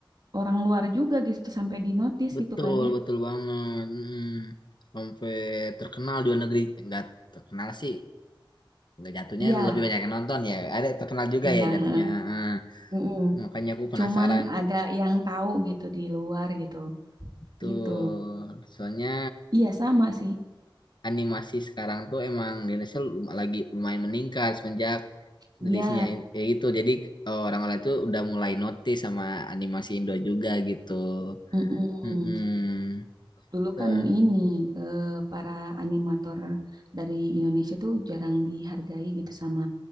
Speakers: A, on the right; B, on the left.
A: orang luar juga gitu sampai di notice
B: betul,
A: gitu kan ya.
B: betul banget. Hmm. Sampai terkenal di luar negeri, nggak terkenal sih. Nggak jatuhnya
A: Iya,
B: lebih banyak yang nonton ya. Ada terkenal juga
A: iya.
B: ya jatuhnya.
A: heeh.
B: Heeh.
A: Mm-mm.
B: Makanya aku penasaran
A: Cuman agak
B: gitu.
A: yang tahu gitu di luar gitu.
B: Betul.
A: Gitu.
B: Soalnya
A: Iya sama sih.
B: animasi sekarang tuh emang di Indonesia lum- lagi lumayan meningkat semenjak rilisnya
A: Iya.
B: i- ya gitu. Jadi eh, orang-orang itu udah mulai notice sama animasi Indo juga gitu.
A: mm-mm.
B: Mm-mm.
A: Dulu
B: Tuh.
A: kan ini eh, para animator dari Indonesia tuh jarang dihargai gitu sama